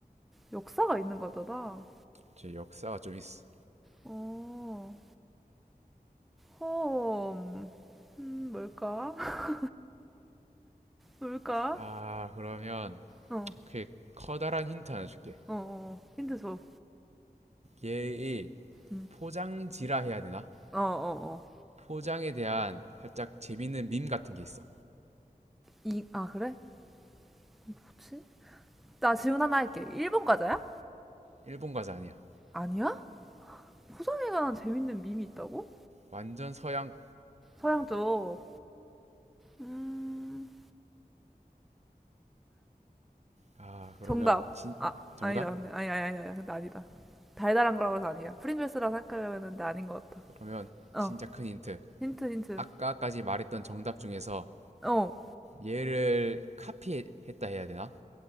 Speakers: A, in the centre; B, on the right.
A: 역사가 있는 거잖아.
B: 제 역사가 좀 있어.
A: 어, 홈 음, 뭘까? <laughs> 뭘까?
B: 아 그러면
A: 어,
B: 오케이 커다란 힌트 하나 줄게.
A: 어, 어. 힌트 줘.
B: 얘의
A: 음.
B: 포장지라 해야 되나?
A: 어, 어, 어.
B: 포장에 대한 살짝 재밌는 밈 같은 게 있어.
A: 이, 아, 그래? 뭐지? 나 질문 하나 할게. 일본 과자야?
B: 일본 과자 아니야.
A: 아니야? 포장에 관한 재밌는 밈이 있다고?
B: 완전 서양.
A: 서양 쪽. 음,
B: 아 그러면
A: 정답.
B: 진
A: 아,
B: 정답?
A: 아니다. 근데 아니 아니 아니 아니. 근데 아니다. 달달한 거라고 해서 아니야. 프링글스라 생각하려고 했는데 아닌 것 같아.
B: 그러면
A: 어.
B: 진짜 큰 힌트.
A: 힌트 힌트.
B: 아까까지 말했던 정답 중에서
A: 어.
B: 얘를 카피했다 해야 되나?